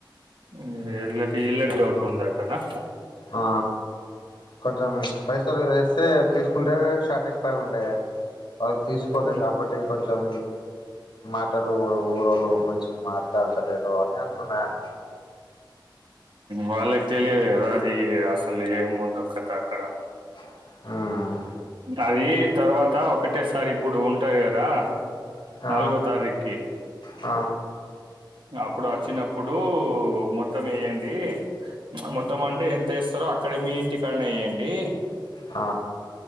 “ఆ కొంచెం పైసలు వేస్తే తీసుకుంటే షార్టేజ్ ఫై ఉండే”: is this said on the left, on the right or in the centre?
Left